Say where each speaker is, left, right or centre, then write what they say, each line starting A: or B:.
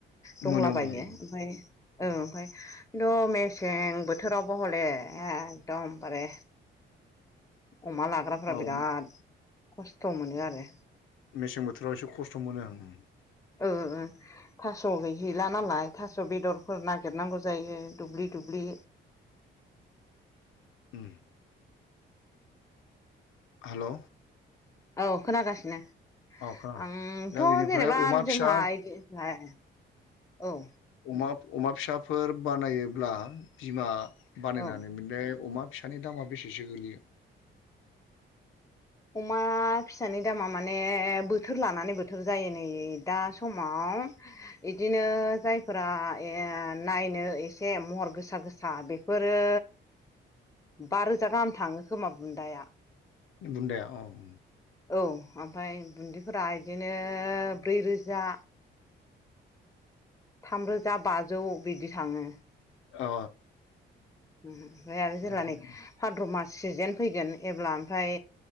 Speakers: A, on the left; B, on the left.
A: दंलाबायो
B: मोनो मोनो
A: ओमफाय
B: औ
A: ओ ओमफाय खिन्थु मेसें बोथोरावबो हले एकदमबारे अमा लाग्राफ्रा
B: औ
A: बिराद खस्थ मोनो आरो
B: मेसें बोथोराव एसे खस्थ मोनो आं ओम
A: ओ ओ ओ थास गैहैला नालाय थास बेदरफोर नागिरनांगौ जायो दुब्लि दुब्लि <inaudible>
B: ओम हेलौ
A: औ खोनागासिनो
B: खोनादों
A: आंथ‌
B: दा बेनिफ्राय
A: जेनेबा
B: अमा
A: जोंहा
B: फिसा
A: बिदि औ
B: अमा अमा फिसाफोर बानायोब्ला बिमा बानायनानै
A: औ
B: मानेअमा फिसानि दामा बेसेसो गोग्लैयो
A: अमा फिसानि दामा माने बोथोर लानानै बोथोर जायो नै दा समाव इदिनो जायफोरा नायनो एसे महर गोसा गोसा बेफोर रो बा रोजा गाहाम थाङो खोमा बुन्दाया
B: बुन्दाया अ ओम
A: औ ओमफ्राय बुन्दिफोरा इदिनो ब्रैरोजा थामरोजा बाजौ बिदि थाङो।
B: अ
A: ओमफ्राय आरो
B: थिगानो
A: जेब्ला नै भाद्र मास सिजेन फैगोन एब्ला ओमफ्राय